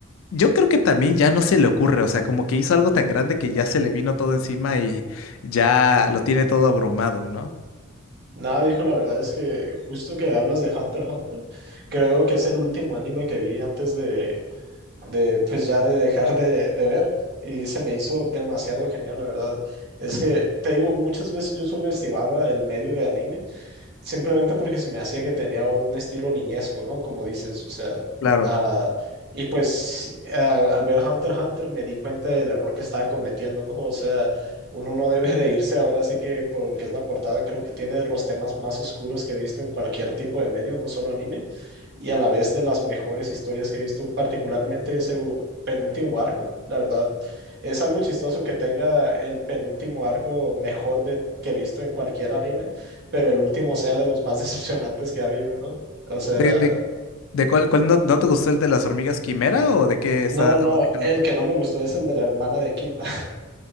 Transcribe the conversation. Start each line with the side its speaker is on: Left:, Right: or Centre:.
Left: yo creo que también ya no se le ocurre, o sea, como que hizo algo tan grande que ya se le vino todo encima y ya lo tiene todo abrumado, ¿no?
Right: Nada, viejo, la verdad es que justo que hablas de Hunter x Hunter, creo que es el último anime que vi antes de, de pues ya de dejar de, de ver y se me hizo demasiado genial, la verdad. Es que, te digo, muchas veces yo subestimaba el medio de anime simplemente porque se me hacía que tenía un estilo niñesco, ¿no? Como dices, o sea,
Left: Claro.
Right: ah, y pues ah, al ver Hunter x Hunter me di cuenta del error que estaba cometiendo, ¿no? O sea, uno no debe de irse ahora sí que porque es la portada, creo que tiene de los temas más oscuros que he visto en cualquier tipo de medio, no solo anime, y a la vez de las mejores historias que he visto, particularmente ese u- penúltimo arco, la verdad. Es algo chistoso que tenga el penúltimo arco mejor de, que he visto en cualquier anime, pero el último sea de los más <laughs> decepcionantes que ha habido, ¿no? O sea,
Left: ¿De, de, de cuál, cuál no, no te gustó el de las hormigas quimera o de qué está?
Right: no, no, no,
Left: o de,
Right: el
Left: qué
Right: que no me gustó es el de la hermana de Kilba. <laughs>